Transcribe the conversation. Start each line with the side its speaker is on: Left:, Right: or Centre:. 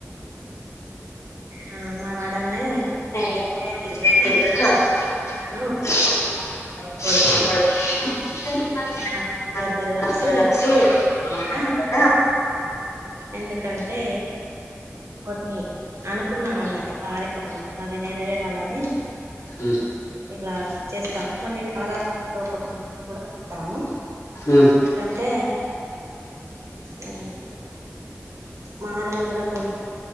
Right: వాడ- మా వాడల్ని
Left: <unintelligible>
Right: కేజీగా
Left: <unintelligible>
Right: తను పడుతుంది
Left: <unintelligible>
Right: మా అందరు కలిసి ఇలా, ఎందుకంటే కొన్ని అనుకున్నామ అన్నట్టు కార్యక్రమాలు అవి నెరవేరాలని
Left: ఉమ్,
Right: ఇలా చేస్తాము మళ్ళీ నవరాత్రులో ఒక కూడా ఉంటాము
Left: ఉమ్,
Right: అంటే అ మాలలు కూడా కొ